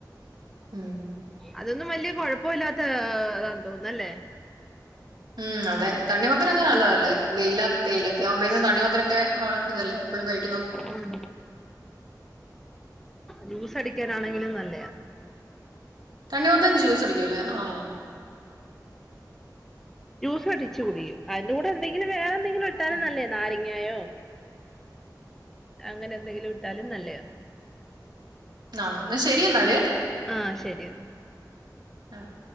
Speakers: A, on the right; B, in the centre.
A: ഉം
B: അതൊന്നും വല്യേ കോഴപ്പ ഇല്ലാത്താ തോന്നുന്നു അല്ലേ
A: ഉംഅതെ തണിമത്തനങ് നല്ലതല്ലേ വെയില വെയിലൊക്കെ ആവുമ്പോ തണ്ണിമത്തനോക്കെ വ ഇതല്ലെ എപ്പോഴും കഴിക്
B: ഉം ജൂസടിക്കാനാണെങ്കിലും നല്ലയാ
A: തണ്ണിമത്തം ജ്യൂസ് അടിക്കുല്ലേ ആഹ്
B: ജ്യൂസ് അടിച്ച് കുടിയും അതിന്റെ കൂടെ എന്തെങ്കിലും വേറെ എന്തെങ്കിലും എട്ടാലും
A: ഉം
B: നല്ലയാ നാരങ്ങായോ അങ്ങനെ എന്തെങ്കിലും ഇട്ടാലും നല്ലയാ
A: ആഹ് എന്നാ ശരി എന്നാല്
B: ആഹ് ശരി എന്ന
A: ആഹ്